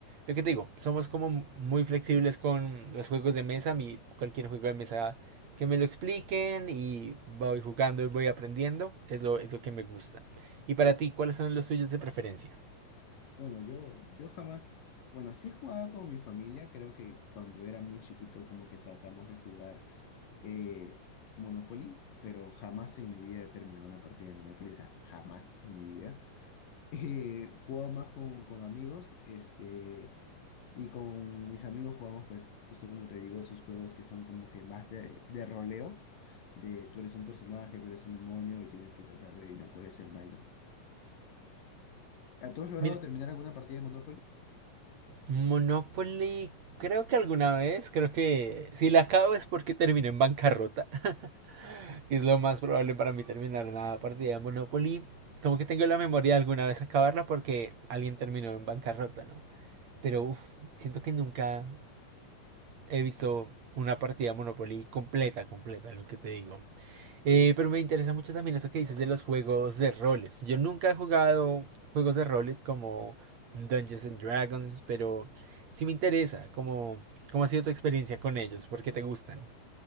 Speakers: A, on the right; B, on the left.
A: Lo que te digo, somos como muy flexibles con los juegos de mesa, mi, cualquier juego de mesa que me lo expliquen y voy jugando y voy aprendiendo, es lo, es lo que me gusta. Y para ti, ¿cuáles son los tuyos de preferencia?
B: Bueno, yo, yo jamás, bueno, sí he jugado con mi familia, creo que cuando era muy chiquito como que tratamos de jugar eh, Monopoly, pero jamás en mi vida he terminado una partida de Monopoly, o sea, jamás en mi vida. <laughs> Eh, jugaba más con, con amigos, este, y con mis amigos jugamos pues justo como te digo, esos juegos que son como que más de, de roleo, de tú eres un personaje, tú eres un demonio y tienes que tratar de adivinar cuál es el malo. ¿A ¿Tú has logrado
A: Mira,
B: terminar alguna partida de Monopoly?
A: Monopoly, creo que alguna vez, creo que si la acabo es porque terminé en bancarrota, <laughs> que es lo más probable para mí terminar una partida de Monopoly. Como que tengo la memoria de alguna vez acabarla porque alguien terminó en bancarrota, ¿no? Pero uf, siento que nunca he visto una partida de Monopoly completa, completa, lo que te digo. Eh, pero me interesa mucho también eso que dices de los juegos de roles. Yo nunca he jugado juegos de roles como Dungeons and Dragons, pero sí me interesa cómo, cómo ha sido tu experiencia con ellos, por qué te gustan.